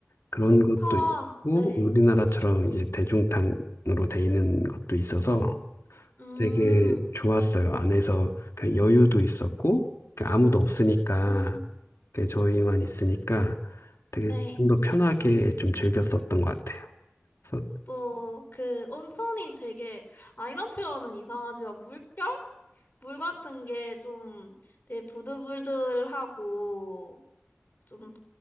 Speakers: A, on the left; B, on the left.
A: 그런
B: 좋다.
A: 것도 있고,
B: 네.
A: 우리나라처럼 이제 대중탕으로 돼 있는 것도 있어서
B: 음,
A: 되게 좋았어요. 안에서 그냥 여유도 있었고, 그냥 아무도 없으니까,
B: 음,
A: 그냥 저희만 있으니까 되게
B: 네.
A: 좀 더 편하게 좀 즐겼었던 것 같아요. 그래서,
B: 또, 그, 온천이 되게, 아, 이런 표현은 이상하지만, 물결? 물 같은 게 좀 되게 부들부들하고, 좀